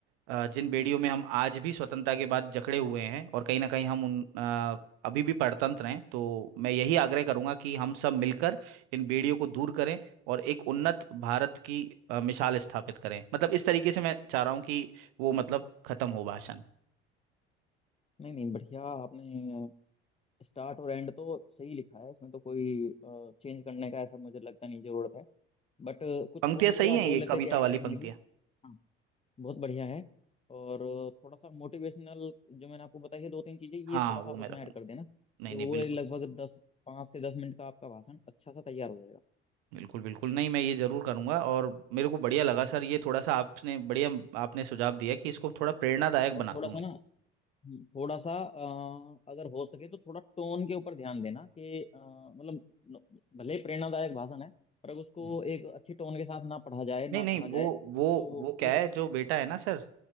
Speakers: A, on the right; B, on the left.
A: अ, जिन बेड़ियों में हम आज भी स्वतंत्रता के बाद जकड़े हुए हैं और कहीं ना कहीं हम उन अ, अभी भी परतंत्र हैं तो मैं यही आग्रह करूंगा कि हम सब मिलकर इन बेड़ियों को दूर करें और एक उन्नत भारत की अ, मिसाल स्थापित करें मतलब इस तरीके से मैं चाह रहा हूँ कि वो मतलब खत्म हो भाषण
B: नहीं नहीं बढ़िया आपने स्टार्ट और एंड तो सही लिखा है इसमें तो कोई चेंज करने का ऐसा मुझे लगता नहीं जरूरत है बट कुछ
A: पंक्तियां
B: पॉइंट
A: सही
B: जो आप
A: हैं
B: बोल
A: ये
B: रहे
A: कविता
B: थे कि ऐड
A: वाली
B: करने
A: पंक्तियां
B: के लिए हाँ बहुत बढ़िया है और अ, थोड़ा सा मोटिवेशनल जो मैंने आपको बताई है दो तीन चीजें ये
A: हाँ
B: थोड़ा सा
A: वो
B: आप
A: मैं
B: उसमें
A: रखूंगा
B: ऐड कर देना तो
A: नहीं नहीं
B: वो
A: बिल्कुल
B: लगभग दस पाँच से दस मिनट का आपका भाषण अच्छा सा तैयार हो जाएगा
A: बिल्कुल बिल्कुल नहीं मैं ये जरूर करूंगा और मेरे को बढ़िया लगा सर ये थोड़ा सा आपने बढ़िया आपने सुझाव दिया कि इसको थोड़ा प्रेरणादायक
B: और
A: बना
B: थोड़ा
A: दूं
B: सा
A: मैं
B: ना हम्म, थोड़ा सा अ, अगर हो सके तो थोड़ा टोन के ऊपर ध्यान देना कि अ, मतलब न- भले ही प्रेरणादायक भाषण है पर अगर उसको
A: हम्म।
B: एक अच्छी टोन के साथ ना पढ़ा जाए ना
A: नहीं नहीं
B: कहा जाए
A: वो वो
B: तो वो
A: वो क्या है जो बेटा है ना सर